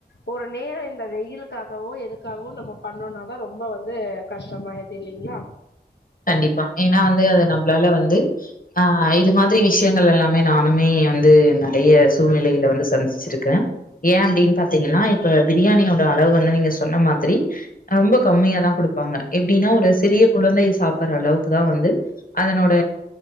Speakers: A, on the left; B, on the left.
A: ஒரு நேரோ இந்த வெயிலுக்காகவோ எதுக்காகவோ நம்ம பண்ணோனாதா ரொம்ப வந்து கஷ்டமாயிடுது இல்லீங்களா
B: கண்டிப்பா ஏன்னா வந்து அது நம்மளால வந்து ஆ இது மாரி விஷயங்கள் எல்லாமே நானுமே வந்து நறைய சூழ்நிலையில வந்து சந்திச்சுருக்க ஏன் அப்படின்னு பாத்தீங்கன்னா இப்ப பிரியாணியோட அளவு வந்து நீங்க சொன்ன மாதிரி ரொம்ப கம்மியாதா குடுப்பாங்க எப்டீன்னா ஒரு சிறிய குழந்தை சாப் சாப்ட்ற அளவுக்குதா வந்து அதனோட